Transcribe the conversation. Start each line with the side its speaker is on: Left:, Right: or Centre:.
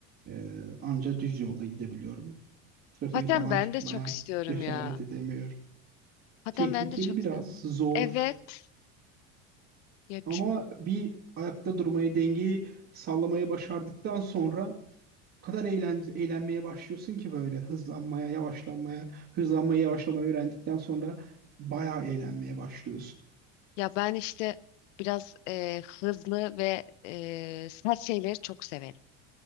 Right: Ee, anca düz yolda gidebiliyorum. Trafiğe
Left: Paten
Right: falan
Left: ben
Right: çıkmaya
Left: de çok istiyorum
Right: cesaret
Left: ya.
Right: edemiyorum.
Left: Paten
Right: Tehlikeli
Left: ben de çok
Right: biraz,
Left: istiyorum.
Right: zor.
Left: Evet. Ya, ç-
Right: Ama bir ayakta durmayı, dengeyi sallamayı başardıktan sonra o kadar eğlen eğlenmeye başlıyorsun ki böyle hızlanmaya, yavaşlanmaya, hızlanmayı, yavaşlamayı öğrendikten sonra bayağı eğlenmeye başlıyorsun.
Left: ya ben işte biraz e, hızlı ve e, sert şeyleri çok severim.